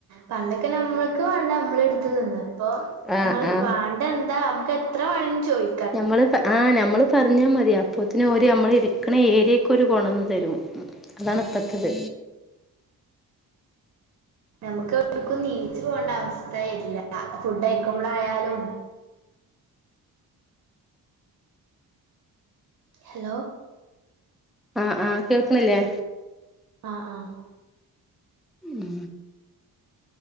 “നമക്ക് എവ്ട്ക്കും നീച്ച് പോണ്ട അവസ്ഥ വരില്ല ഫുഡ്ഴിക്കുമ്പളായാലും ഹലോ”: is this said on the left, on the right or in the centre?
Right